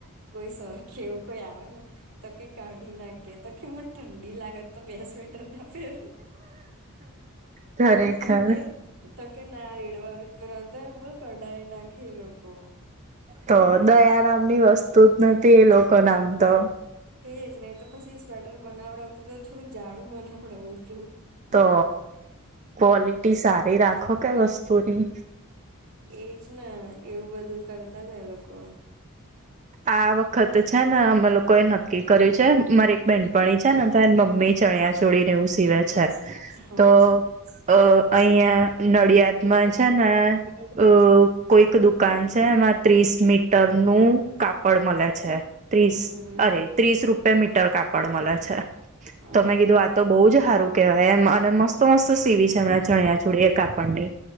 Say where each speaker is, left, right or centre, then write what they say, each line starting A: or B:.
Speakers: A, on the right; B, on the right.
A: કોઈ સર કે એવું કોઈ આવે ને તો કે કાઢી નાખે તો કે મને ઠંડી લાગે. તો બે સ્વેટરના પહેરું.
B: ખરેખર
A: તો કે તો કે ના રેડવારુ જ પેરવાનું તો બોલ કઢાય નાખે એ લોકો.
B: તો દયારામ ની વસ્તુ જ નથી. એ લોકોને આમ તો
A: એજ ને તો પછી સ્વેટર બનાવડાવતું તો થોડું જાડું બનાવડાવું તું.
B: તો ક્વોલિટી સારી રાખો કય વસ્તુની.
A: એજ ને એવું બધું કરતાતા એ લોકો.
B: આ વખત છે ને અમે લોકો એ નક્કી કર્યું છે. મારી બેનપણી છે ને તો એન મમ્મી ચણ્યા ચોળી ને એવું સીવે છે
A: હા
B: તો અ અહિયાં નડિયાદ માં છે ને અ કોઈક દુ કાન છે એમાં ત્રીસ મીટર નું કાપડ મળે છે. ત્રીસ
A: હમ
B: અરે ત્રીસ રૂપિયા મીટર કાપડ મલે છે. તોમે
A: આહા
B: કીધું આ તો બહુ જ સારું. કેવાય એમ અને મસ્ત મસ્ત સીવી છે એમને ચણિયા ચોળી એ કાપડની